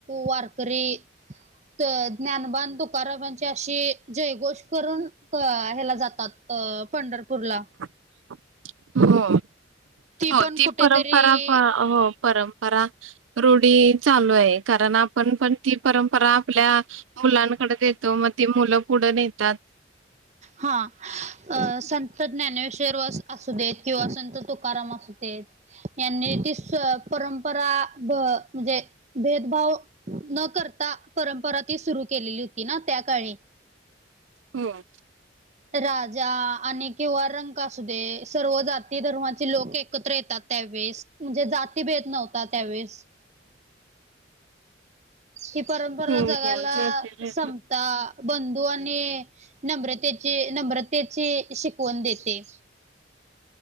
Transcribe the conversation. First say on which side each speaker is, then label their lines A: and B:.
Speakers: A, on the right; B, on the right.
A: वारकरी त ज्ञानबा आण तुकारामाची आशी जयघोष करून हेला जातात, अ पंढरपूरला.
B: हो हो
A: पण
B: ती
A: कुठेतरी
B: परंपरा हो परंप रा रुढी चालू आहे. कारण आपण पण ती परंपरा आपल्या मुलांकड देतो म ती मुलं पुढ नेहतात.
A: हां. अ संत ज्ञानेश्वर वस आसू देत किंवा संत तुकाराम असूदे, यांनी ती स परंपरा भ म्हणजे भेदभाव न करता, परंपरा ती सुरू केलेली होती ना, त्या काळी.
B: होय.
A: राजा आणि किंवा रंका असू दे. सर्व जाती- धर्माचे लोक एकत्र येतात त्यावेेळेस. म्हणजे, जातीभेद नव्हता त्यावेळेस. ही परंपरा
B: हो
A: जगायला.
B: हो चालतंय.
A: समता बंधू आणि नम्रतेची- नम्रतेची, शिकवण देते.